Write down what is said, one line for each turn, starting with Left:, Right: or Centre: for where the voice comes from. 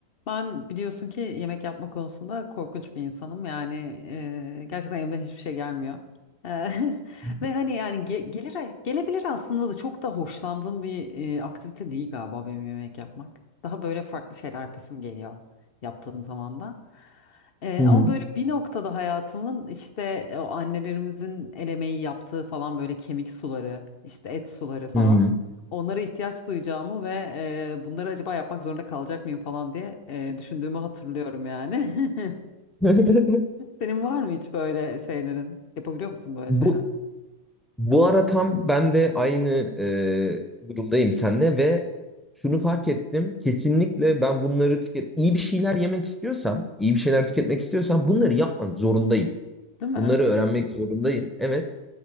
Left: Ben biliyorsun ki yemek yapma konusunda korkunç bir insanım. Yani e, gerçekten elimden hiçbir şey gelmiyor. E, <laughs>
Centre: Hı
Left: ve hani yani ge- gelir gelebilir aslında da çok da hoşlandığım bir e, aktivite değil galiba benim yemek yapmak. Daha böyle farklı şeyler yapasım geliyor yaptığım zaman da. E,
Centre: hı.
Left: ama böyle bir noktada hayatımın işte e, o annelerimizin el emeği yaptığı falan böyle kemik suları, işte et suları falan
Centre: Hı hı.
Left: onlara ihtiyaç duyacağımı ve e, bunları acaba yapmak zorunda kalacak mıyım falan diye e, düşündüğümü hatırlıyorum yani. <laughs>
Centre: <laughs>
Left: Senin var mı hiç böyle şeylerin? Yapabiliyor musun böyle
Centre: Bu
Left: şeyler?
Centre: bu ara tam ben de aynı e, durumdayım seninle ve şunu fark ettim. Kesinlikle ben bunları tüket iyi bir şeyler yemek istiyorsam, iyi bir şeyler tüketmek istiyorsam bunları yapmak zorundayım.
Left: Değil mi?
Centre: Bunları öğrenmek zorundayım. Evet.